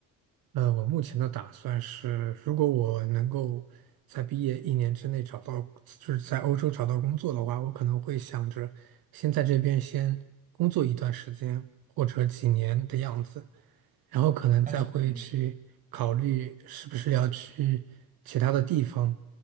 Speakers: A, on the right; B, on the right.
A: 呃，我目前的打算是，如果我能够在毕业一年之内找到，就是在欧洲找到工作的话，我可能会想着先在这边先工作一段时间，或者几年的样子，然后可能再会去考虑是不是要去其他的地方。
B: 但是嗯，